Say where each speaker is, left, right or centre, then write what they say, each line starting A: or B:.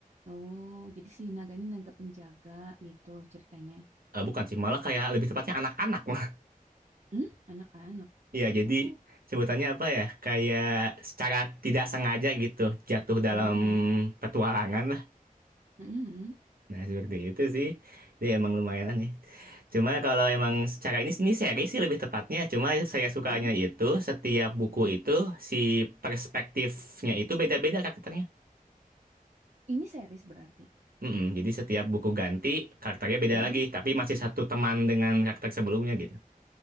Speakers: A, on the right; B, on the right.
A: Oh, jadi si naga ini naga penjaga gitu ceritanya.
B: Eh, bukan sih, malah kayak lebih tepatnya anak-anak. <laughs> mah.
A: Hmm? Anak-anak.
B: Iya, jadi
A: Oh,
B: sebutannya apa ya? Kayak secara tidak sengaja gitu jatuh dalam
A: mm-mm,
B: petualangan
A: mm-mm,
B: Nah, seperti itu sih. Dia emang lumayan aneh. Cuma kalau emang secara ini ini seri sih lebih tepatnya. Cuma saya sukanya
A: uh-uh,
B: itu setiap buku
A: mm-mm.
B: itu si perspektifnya itu beda-beda karakternya.
A: Ini series berarti.
B: Mm-mm, jadi setiap buku ganti karakternya beda
A: Mm-mm.
B: lagi, tapi masih satu teman dengan karakter sebelumnya gitu.